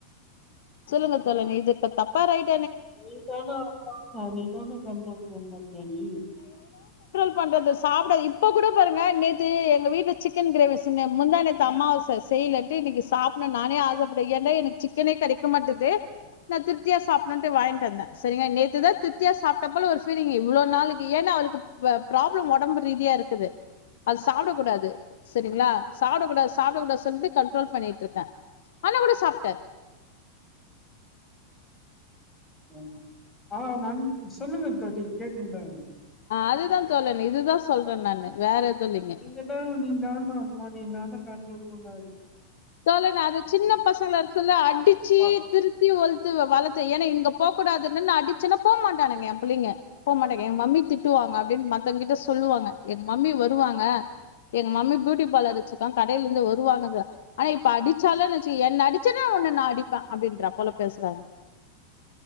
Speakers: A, on the left (about 55°); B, on the left (about 15°).
A: சொல்லுங்க தோழர் இது தப்பா ரைட்
B: நீதானே ஆமா நீதானே கண்ட்ரோல் பண்ணனும் தோழி
A: என்ன பண்றது சாப்பிட இப்ப கூட பாருங்க நேத்து எங்க வீட்ல சிக்கன் கிரேவி செஞ்சாங்க முந்தா நேத்து அம்மாவாசை செய்யலன்ட்டு இன்னைக்கு சாப்பிட நான் ஆசைப்பட்டேன் ஏன்னா எனக்கு சிக்கனே கிடைக்கமாட்டது நான் திருப்தியா சாப்பிட்டேன் நான் திருப்தியா சாப்பிடேன் வாங்கிட்டு வந்தேன் சரிங்களா நேத்து தான் திருப்தியா சாப்பிட்ட மாதிரி இருந்தது ஏன்னா அவளுக்கு உடம்பு ரீதியா ப்ராப்ளம் இருக்கு சாப்பிடக்கூடாது சரிங்களா சாப்பிடக்கூடாது சாப்பிடக்கூடாது கண்ட்ரோல் பண்ணிட்டு இருக்க ஆனாலும் சாப்பிட்டேன்
B: ம் ஆஹ் நான் சொல்லுக பிரேதிப் கேக்குதுல
A: அதுதான் தோழர் இதுதான் சொல்ற நானு வேற எது இல்லைங்க
B: நீங்க தான் நீ தான அம்மா நீ தான கண்ட்ரோல் சொன்னான்
A: தோழன் அது சின்ன பசங்க இருக்குல சொல்ல அடிச்சு
B: பா-
A: திருத்தி ஒ பெத்து வளத்த என இங்க போக கூடாது அடிச்சனா போக மாட்டாங்க என் புள்ளைங்க போக மாட்டாங்க என் மம்மி திட்டுவாங்க அப்படின்னு மத்தவங்க கிட்ட சொல்லுவாங்க என் மம்மி வருவாங்க என் மம்மி பியூட்டி பார்லர் வச்சிருக்காங்க கடையில இருந்து வருவாங்க ஆனா இப்ப அடிச்சாலும் வெச்சுக்கோங்க என்ன அடிச்சன்னா உன்னு நான் அடிப்பேன் அப்படின்ற போல பேசுறாங்க